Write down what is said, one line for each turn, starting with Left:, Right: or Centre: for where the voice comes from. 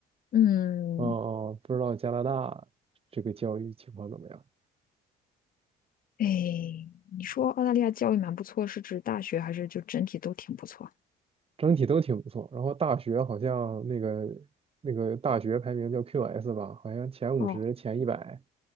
Left: 嗯，
Right: 嗯嗯，不知道加拿大这个教育情况怎么样？
Left: 哎，你说澳大利亚教育蛮不错，是指大学还是就整体都挺不错？
Right: 整体都挺不错。然后大学好像那个那个大学排名叫 QS 吧，好像前五十、
Left: 哦，
Right: 前一百，